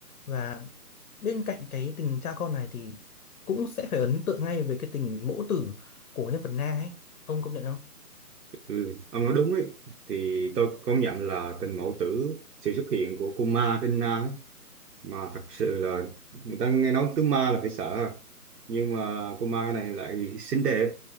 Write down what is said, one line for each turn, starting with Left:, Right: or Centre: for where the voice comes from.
Left: và bên cạnh cái tình cha con này thì cũng sẽ phải ấn tượng ngay về cái tình mẫu tử của nhân vật Na ấy ông công nhận không
Right: ừ, ông nói đúng ấy thì tôi công nhận là tình mẫu tử sự xuất hiện của Kuma Tina ấy, mà thật sự là người ta nghe nói tướng ma là phải sợ ha. nhưng mà cô ma này lại xinh đẹp